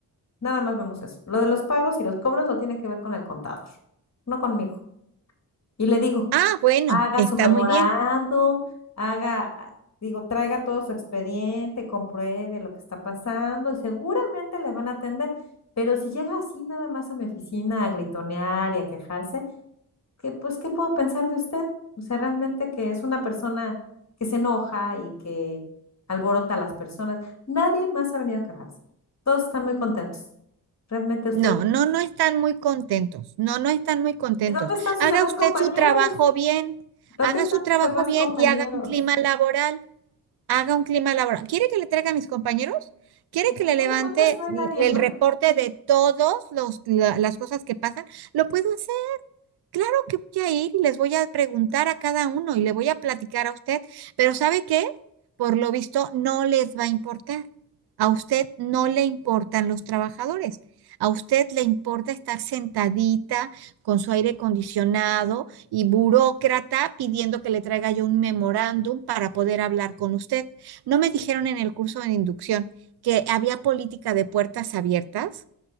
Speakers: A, on the left; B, on the right.
A: nada más vemos eso. Lo de los pagos y los cobros lo tiene que ver con el contador, no conmigo. Y le digo,
B: Ah, bueno,
A: haga
B: está
A: su memorándum,
B: muy bien.
A: haga, ah, digo, traiga todo su expediente, compruebe lo que está pasando y seguramente le van a atender. Pero si llega así nada más a mi oficina a gritonear y a quejarse, que pues, ¿qué puedo pensar de usted? O sea, realmente que es una persona que se enoja y que alborota a las personas. Nadie más ha venido a quejarse. Todos están muy contentos. Realmente usted.
B: No, no, no están muy contentos. No, no están muy contentos.
A: ¿Y dónde están sus
B: Haga
A: demás
B: usted
A: compañeros?
B: su trabajo bien.
A: ¿Dónde
B: Haga
A: están
B: su trabajo
A: sus demás
B: bien
A: compañeros?
B: y haga un clima laboral. Haga un clima laboral. ¿Quiere que le traiga a mis compañeros? ¿Quiere
A: Pues
B: que
A: a
B: le
A: final
B: levante
A: de cuentas no hay
B: l-
A: nadie
B: el
A: más.
B: reporte de todas las cosas que pasan? Lo puedo Claro que voy a ir y les voy a preguntar a cada uno y le voy a platicar a usted, pero ¿sabe qué? Por lo visto no les va a importar. A usted no le importan los trabajadores. A usted le importa estar sentadita con su aire acondicionado y burócrata pidiendo que le traiga yo un memorándum para poder hablar con usted. ¿No me dijeron en el curso de inducción que había política de puertas abiertas?